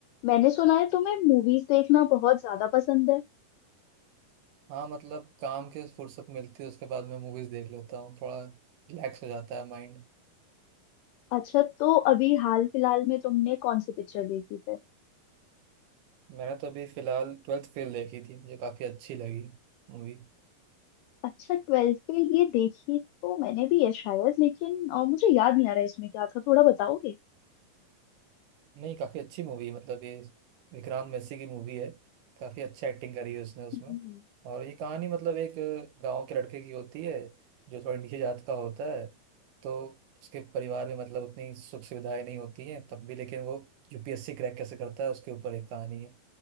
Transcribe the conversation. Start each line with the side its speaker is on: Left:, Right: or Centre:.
Left: मैंने सुना है तुम्हें मूवीज देखना बहुत ज्यादा पसंद है
Right: हाँ मतलब काम के फुर्सत मिलती है उसके बाद मैं मूवीज देख लेता हूँ थोड़ा रिलैक्स हो जाता है माइंड
Left: अच्छा तो अभी हाल फिलहाल में तुमने कौन सी पिक्चर देखी फिर
Right: मैंने तो अभी फिलहाल ट्वेल्थ फेल देखी थी मुझे काफ़ी अच्छी लगी मूवी
Left: अच्छा ट्वेल्थ पे ये देखी तो मैंने भी है शायद लेकिन अ, मुझे याद नहीं आ रहा है इसमें क्या था थोड़ा बताओगे
Right: नहीं काफ़ी अच्छी मूवी मतलब ये विक्रांत मैसी की मूवी है काफ़ी अच्छा एक्टिंग करी है उसने उसमें
Left: हम्म।
Right: और ये कहानी मतलब एक गांव के लड़के की होती है जो थोड़ा नीचे जात का होता है तो उसके परिवार में मतलब उतनी सुख सुविधाएं नहीं होती हैं तब भी लेकिन वो यूपीएससी क्रैक कैसे करता है उसके ऊपर एक कहानी है